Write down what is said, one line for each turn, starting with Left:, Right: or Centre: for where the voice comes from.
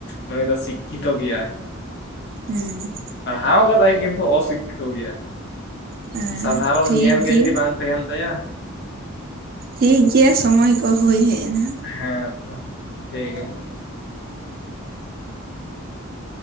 Left: ᱱᱩᱭ ᱫᱚ ᱥᱤᱠᱠᱷᱤᱛᱚ ᱜᱮᱭᱟᱭ ᱾
Right: ᱦᱩᱸ
Left: ᱯᱟᱲᱦᱟᱣ ᱠᱟᱫᱟᱭ ᱠᱤᱱᱛᱩ ᱚᱥᱤᱠᱛᱚ ᱜᱮᱭᱟ᱾
Right: ᱦᱮᱸ
Left: ᱥᱟᱫᱷᱟᱨᱚᱱ
Right: ᱴᱷᱤᱠ
Left: ᱜᱮᱱ ᱜᱮ
Right: ᱜᱮᱭᱟ
Left: ᱡᱩᱫᱤ ᱵᱟᱝ ᱛᱟᱦᱮᱱ ᱛᱟᱭᱟ
Right: ᱴᱷᱤᱠ ᱜᱮᱭᱟ ᱥᱚᱢᱚᱭ ᱠᱚ ᱦᱳᱭ ᱦᱮᱡ ᱮᱱᱟ᱾
Left: ᱦᱮᱸ ᱛᱚ ᱴᱷᱤᱠ ᱜᱮᱭᱟ᱾